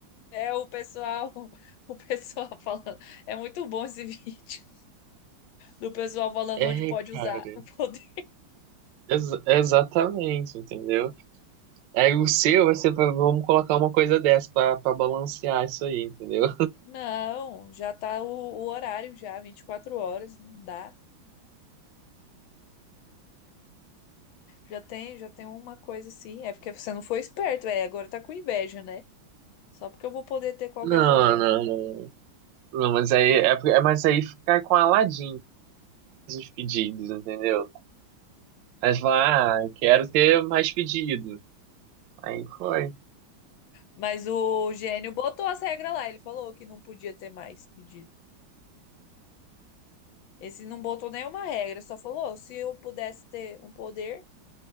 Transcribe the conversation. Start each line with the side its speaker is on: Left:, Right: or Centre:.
Left: é o pessoal, <laughs> o pessoal falando. É muito bom esse <laughs> vídeo. do pessoal falando
Right: É,
Left: onde pode usar
Right: cara.
Left: o poder.
Right: Ex- exatamente, entendeu? Aí o seu, você vai- ser, pra- vamos colocar uma coisa dessa pra, pra balancear isso aí, entendeu?
Left: Não, já tá o, o horário já, 24 horas, não dá. Já tem, já tem uma coisa assim. É porque você não foi esperto, é, agora tá com inveja, né? Só porque eu vou poder ter qualquer
Right: Não,
Left: poder.
Right: não, não. Não, mas aí, é, porque- é- mas aí ficar com Aladim os pedidos, entendeu? Aí você fala, ah, quero ter mais pedido. Aí foi.
Left: Mas o gênio botou as regras lá, ele falou que não podia ter mais pedido. Esse não botou nenhuma regra, só falou, se eu pudesse ter um poder,